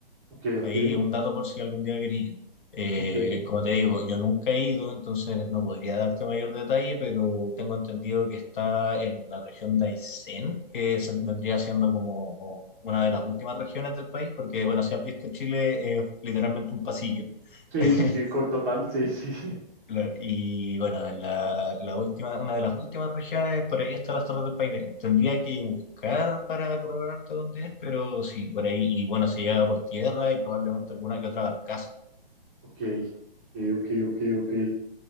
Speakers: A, on the right; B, on the left.
A: ok,
B: Ahí
A: ok,
B: es un dato por si algún día querés ir. Eh,
A: ok.
B: como te digo, yo nunca he ido, entonces no podría darte mayor detalle, pero tengo entendido que está en la región de Aysén, que se- vendría siendo como una de las últimas regiones del país, porque bueno, si has visto Chile es literalmente un pasillo.
A: Sí,
B: <laughs>
A: sí, sí, co- total, sí, sí. <laughs>
B: Claro, y bueno, la, la última, una de las últimas regiones, por ahí está las Torres del Paine. Tendría que buscar para corroborarte dónde es, pero sí, por ahí, y bueno, se llega por tierra y probablemente alguna que otra barcaza.
A: Ok, ok, ok, ok, ok.